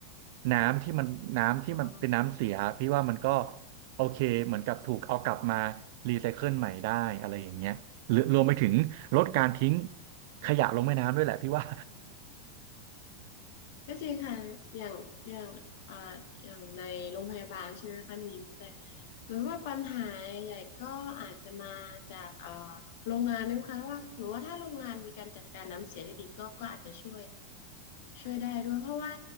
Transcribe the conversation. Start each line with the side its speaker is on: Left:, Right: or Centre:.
Right: น้ำที่มันน้ำที่มันเป็นน้ำเสียพี่ว่ามันก็
Left: อ๋อ
Right: โอเคเหมือนกับถูก เอากลับมารีไซเคิลใหม่ได้อะไรอย่างเงี้ยหรือรวมไปถึงลดการทิ้งขยะลงแม่น้ำด้วยแหละพี่ว่า
Left: ก็จริงค่ะอย่างอย่างอ่าอย่างในโรงพยาบาลใช่ไหมคะมีนแต่หรือว่าปัญหาใหญ่ก็อาจจะมาจากเอ่อโรงงานด้วยค่ะว่าหนูว่าถ้าโรงงานมีการจัดการน้ำเสียได้ดีก็ก็อาจจะช่วย ช่วยได้ด้วยเพราะว่า